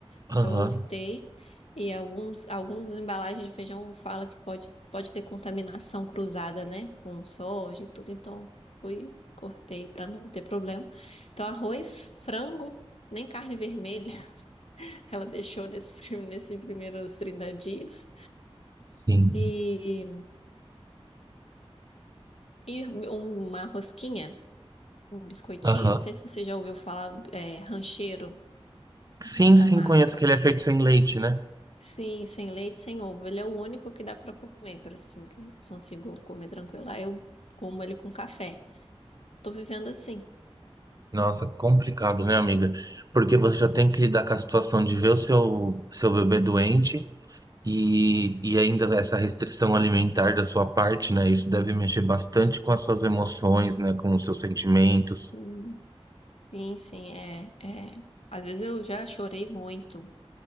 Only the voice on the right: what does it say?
Aham,
sim.
Aham.
Sim,
sim,
conheço que ele é feito sem leite, né?
Nossa, complicado, né, amiga? Porque você já tem que lidar com a situação de ver o seu, seu bebê doente E, e ainda essa restrição alimentar da sua parte, né? Isso deve mexer bastante com as suas emoções, né? Com os seus sentimentos.